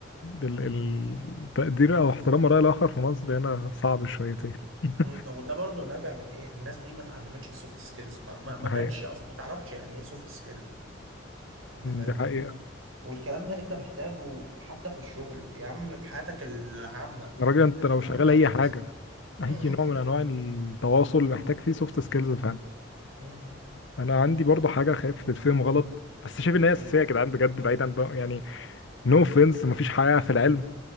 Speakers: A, on the left; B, on the right.
A: ال- ال- التقدير او احترام الرأي الآخر في مصر هنا صعب شويتين <laughs>
B: مم، هو ده برضو نابع من ايه الناس دي ما اتعلمتش السوفت سكيلز ما ما,
A: ده
B: ما جاتش
A: حقيقة
B: اصلا ما تعرفش يعني ايه سوفت سكيلز انت فاهمني
A: ده حقيقة
B: والكلام ده انت محتاجه حتى في الشغل يا عم في حياتك العامة
A: يا راجل انت
B: انت
A: لو
B: بتتعامل
A: شغال
B: مع
A: اي
B: ناس
A: حاجة
B: مم،
A: اي
B: مم،
A: نوع من انواع التواصل محتاج فيه سوفت سكيلز فعلا
B: مم، مم.
A: انا عندي برضو حاجة خايف تتفهم غلط بس شايف ان هي اساسية
B: ايه
A: يا جدعان بجد بعيدا بقى يعني نو اوفنس مفيش حقيقة في العلم